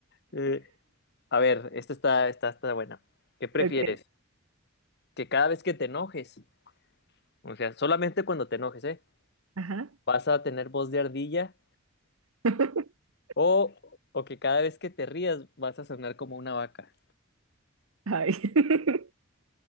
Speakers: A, on the left; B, on the right.
A: Eh, a ver, esta está, esta está buena. ¿Qué prefieres?
B: Ok,
A: Que cada vez que te enojes, o sea, solamente cuando te enojes, ¿eh?
B: ajá.
A: ¿Vas a tener voz de ardilla?
B: <laughs>
A: O, o que cada vez que te rías vas a sonar como una vaca.
B: Ay. <laughs>